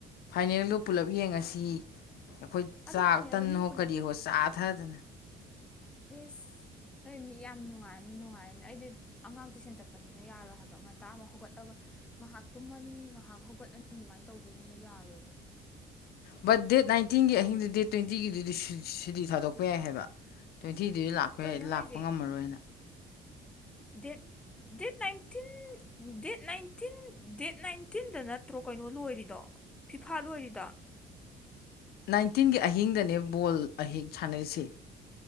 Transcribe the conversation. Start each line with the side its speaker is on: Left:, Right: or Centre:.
Left: ꯐꯥꯏꯅꯦꯜꯗꯣ ꯄꯨꯂꯞ ꯌꯦꯡꯉꯁꯤ ꯑꯩꯈꯣꯏ
Centre: ꯑꯗꯣ
Left: ꯆꯥꯛ
Centre: ꯐꯥꯏꯅꯦꯜꯗꯣ
Left: ꯇꯟꯅꯍꯣ
Centre: ꯃꯤ
Left: ꯀꯔꯤꯍꯣ ꯆꯥꯊꯗꯅ
Centre: ꯏꯁ ꯅꯣꯏ ꯃꯤ ꯌꯥꯝ ꯅꯨꯡꯉꯥꯏꯝ ꯅꯨꯡꯉꯥꯏꯔꯝꯅꯤ ꯑꯩꯗꯤꯠ ꯑꯉꯥꯡ ꯇꯨꯏꯁꯟ ꯆꯞꯄꯅꯤꯅ ꯌꯥꯔꯣꯏ ꯍꯥꯏꯕ ꯉꯟꯇꯥ ꯑꯃꯨꯛ ꯍꯧꯒꯠꯂꯒ ꯉꯥꯍꯥꯛ ꯇꯨꯝꯃꯅꯤ ꯉꯥꯍꯥꯛ ꯍꯧꯒꯠꯂꯅꯤ ꯑꯗꯨꯃꯥꯏ ꯇꯧꯗꯣꯏꯅꯤꯅ ꯌꯥꯔꯣꯏꯕ
Left: ꯕꯠ ꯗꯦꯠ ꯅꯥꯏꯟꯇꯤꯟꯒꯤ ꯑꯍꯤꯡꯗꯨ ꯗꯦꯠ ꯇꯣꯏꯟꯇꯤꯒꯤꯗꯨꯗꯤ ꯁꯨ ꯁꯨꯗꯤ ꯊꯥꯗꯣꯛꯄ ꯌꯥꯏ ꯍꯥꯏꯕ ꯇꯣꯏꯟꯇꯤꯗꯨꯗꯤ ꯂꯥꯛ ꯈꯣꯌꯦ
Centre: ꯀꯩꯅꯣ
Left: ꯂꯥꯛꯄ
Centre: ꯍꯥꯏꯁꯦ
Left: ꯉꯝꯃꯔꯣꯏꯅ
Centre: date date nineteen date nineteen date ꯅꯥꯏꯟꯇꯤꯟꯗ ꯅꯠꯇ꯭ꯔꯣ ꯀꯩꯅꯣ ꯂꯣꯏꯔꯤꯗꯣ ꯐꯤꯐꯥ ꯂꯣꯏꯔꯤꯗꯣ
Left: ꯅꯥꯏꯟꯇꯤꯟꯒꯤ ꯑꯍꯤꯡꯗꯅꯦ ꯕꯣꯜ ꯑꯍꯦꯛ ꯁꯥꯅꯩꯁꯦ